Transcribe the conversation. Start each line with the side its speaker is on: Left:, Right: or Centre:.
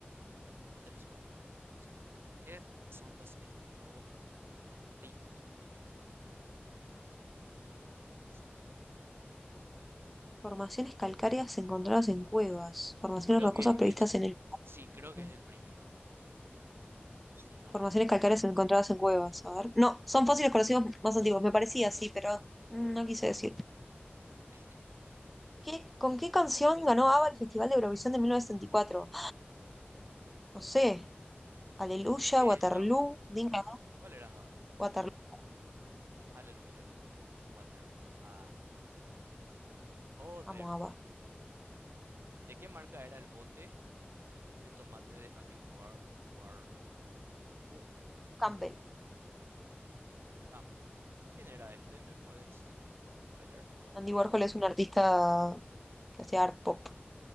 Right: estos son... Esto sí es mío. ¿Qué son los estromatolitos? Mm, sedimento de restos glaciares.
Centre: Formaciones calcáreas encontradas en cuevas. Formaciones
Right: Creo
Centre: rocosas
Right: que es
Centre: previstas
Right: eso.
Centre: en el...
Right: Sí, creo
Centre: Páramo.
Right: que es el primero. Si no
Centre: Formaciones
Right: me estoy...
Centre: calcáreas encontradas en cuevas. A ver. No, son fósiles conocidos más antiguos. Me parecía así, pero mm, no quise decir.
Right: <laughs> Este
Centre: ¿Qué-
Right: es-
Centre: con qué canción ganó ABBA el Festival de Eurovisión de 1974? no sé, Aleluya,
Right: ¿Qué
Centre: Waterloo,
Right: es Java?
Centre: Dinka,
Right: ¿Cuál era Java? A ver.
Centre: Waterloo,
Right: Aleluya, lo pongo yo. Waterloo. Ah, joder.
Centre: amo ABBA.
Right: ¿De qué marca era el bote de tomate de Andy War Warhol? Oh,
Centre: Campbell,
Right: Campbell. ¿Quién era este? ¿Me puedes explayar?
Centre: Andy Warhol es un artista que hacía art pop.